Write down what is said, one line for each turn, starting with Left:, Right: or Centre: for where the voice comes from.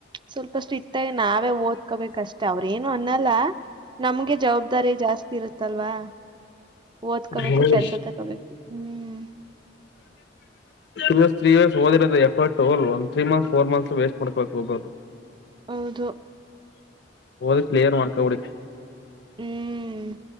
Right: ಸ್ವಲ್ಪಷ್ಟು ಇತ್ತ ನಾವೇ ಓದ್ಕೊಬೇಕಷ್ಟ ಅವ್ರ ಏನು ಅನ್ನಲ್ಲ ನಮ್ಗೆ ಜವಾಬ್ದಾರಿ ಜಾಸ್ತಿ ಇರುತ್ತಲ್ವಾ ಓದ್ಕೋಬೇಕು
Left: ಹ್ಮ ಟೂ
Right: ಕೆಲ್ಸ ತಗೋಬೇಕು ಹ್ಮ್
Left: ಇಯರ್ ತ್ರೀ ಇಯರ್ ಓದಿೋದು ಎಫರ್ಟ್ಲ್ ಒ ತ್ರೀರಿ ಮತ್ಸ್ ಫೋರ್ ಮತ್ಸ್ ವಸ್ಟ್್ಬೇಕಕ್ ಒಬ್ಬರು
Right: ಹೌದು
Left: ಹದ ಕ್ಲಿಯರ್ ಮಾಡಕಾ ಕುಡಿ
Right: ಹ್ಮ್